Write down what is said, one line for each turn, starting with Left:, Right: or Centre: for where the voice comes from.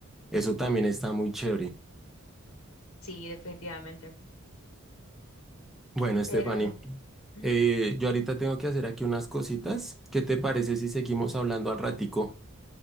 Centre: eso también está muy chévere.
Left: Sí, definitivamente.
Centre: Bueno, Stephanie,
Left: Pero ujú,
Centre: eh, yo ahorita tengo que hacer aquí unas cositas. ¿Qué te parece si seguimos hablando al ratico?